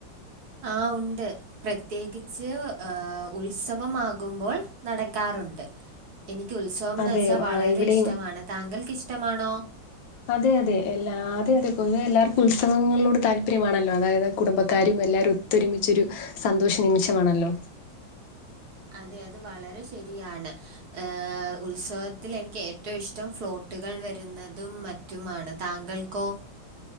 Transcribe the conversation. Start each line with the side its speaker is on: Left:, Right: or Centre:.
Right: ആഹ് ഉണ്ട് പ്രത്യേകിച്ച് ആഹ് ഉത്സവമാകുമ്പോൾ നടക്കാറുണ്ട് എനിക്ക് ഉത്സവംന്ന്
Left: അതെ
Right: വെച്ചാ വളരെ
Left: ആ, ഇവിടെയും
Right: ഇഷ്ടമാണ് താങ്കൾക്ക് ഇഷ്ടമാണോ
Left: അതെ അതെ എല്ലാ അതെ അതെ പൊതുവെ എല്ലാവർക്കും ഉത്സവങ്ങളോട് താല്പര്യമാണല്ലോ അതായത് കുടുംബക്കാരും എല്ലാവരും ഒ ത്തൊരുമിച്ചൊരു സന്തോഷ നിമിഷമാണല്ലോ
Right: അതെ അത് വളരെ ശെരിയാണ് എഹ് ഉത്സവത്തിൽ എനിക്ക് ഏറ്റവും ഇഷ്ടം ഫ്ലോട്ടുകൾ വര്ന്നതും മ റ്റുമാണ് താങ്കൾക്കോ